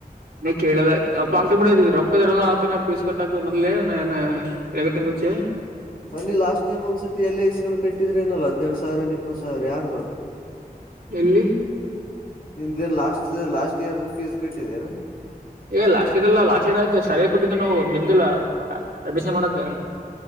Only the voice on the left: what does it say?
ಬನ್ನಿ ಲಾಸ್ ಟಮ್ ಒಂದ್ಸತಿ ಎ ಇಸ್ಕೊಂಡ್ ಕಟ್ಟಿದ್ರ ಏನಲ್ಲ ಹದಿನರಡ್ ಸಾವಿರ ಇಪ್ಪತ್ತ್ ಸಾವರ ಯಾರದ ಅದ್.
ನಿಮ್ದ ಲಾಸ್ಟ್ ಲಾಸ್ಟ್ ಇಯರ್ ಫೀಸ್ ಕಟ್ಟಿದೇನಾ.